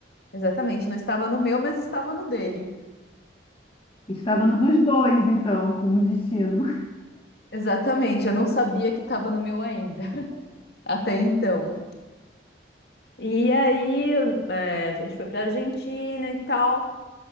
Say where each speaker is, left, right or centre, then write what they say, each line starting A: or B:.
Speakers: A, on the left (about 60°); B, on the left (about 30°).
A: exatamente. Não estava no meu, mas estava no dele.
B: Estava no dos dois, então, como destino.
A: Exatamente. Eu não sabia que estava no meu ainda <laughs> até então. E aí, eh, a gente foi para Argentina e tal.